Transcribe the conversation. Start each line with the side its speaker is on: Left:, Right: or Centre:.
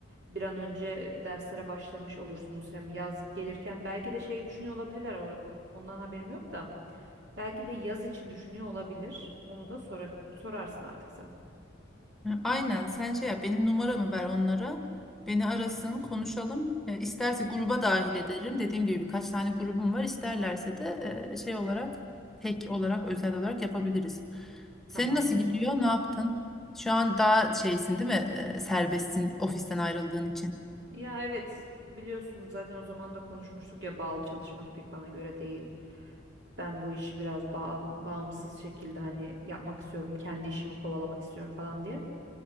Right: Bir an önce derslere başlamış olursunuz hem yaz gelirken belki de şey düşünüyor olabilirler or- ondan haberim yok da belki de yaz için düşünüyor olabilir. Onu da sora sorarsın artık sen.
Centre: Hı, Aynen sen şey yap benim numaramı ver onlara. Beni arasın konuşalım. E, isterse gruba dahil ederim. Dediğim gibi birkaç tane grubum var. İsterlerse de e, şey olarak tek olarak özel olarak yapabiliriz.
Right: Tamamdır.
Centre: Senin nasıl gidiyor? Ne yaptın? Şu an daha şeysin değil mi? E, serbestsin ofisten ayrıldığın için.
Right: Ya evet biliyorsun zaten o zaman da konuşmuştuk ya bağlı çalışmak pek bana göre değil. Ben bu işi biraz bağım- bağımsız şekilde hani yapmak istiyorum, kendi işimi kovalamak istiyorum falan diye.